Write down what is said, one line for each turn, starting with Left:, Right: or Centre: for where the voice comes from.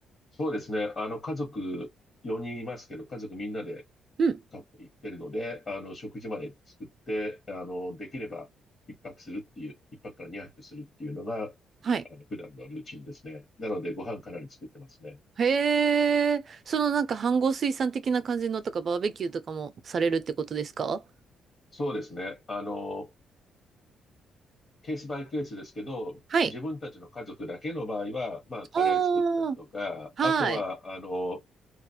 Left: そうですね。あの、家族4人いますけど、家族みんなで
Right: うん。
Left: か行ってるので、あの、食事まで作って、あの、できれば一泊するっていう、一泊から二泊するっていうのが、
Right: はい。
Left: あの、普段のルーチンですね。なので、ご飯かなり作ってますね。
Right: へー。そのなんか、飯盒炊さん的な感じのとか、バーベキューとかもされるってことですか
Left: そうですね。あの、ケースバイケースですけど、
Right: はい。
Left: 自分たちの家族だけの場合は、まあ、カレー作ったりとか、
Right: ああ、はい。
Left: あとは、あの、